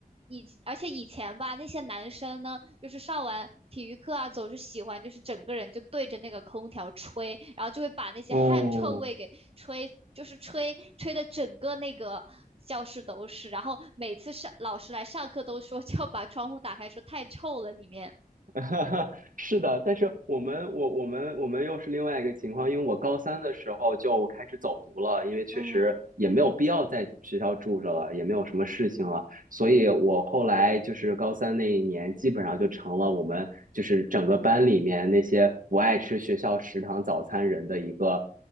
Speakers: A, on the right (about 40°); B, on the right (about 60°).
A: 以而且以前吧，那些男生呢。就是上完体育课啊，总是喜欢就是整个人就对着那个空调吹，然后就会把那些汗臭味给吹，
B: 哦，
A: 就是吹吹的整个那个教室都是。然后每次上老师来上课都说 <laughs> 就要把窗户打开，说太臭了里面。
B: <laughs> 是的，但是我们我我们我们又是另外一个情况，因为我高三的时候就开始走读了，因为确实也没有必要在学校住着了，
A: 嗯
B: 也没有什么事情了，所以我后来就是高三那一年，基本上就成了我们就是整个班里面那些不爱吃学校食堂早餐人的一个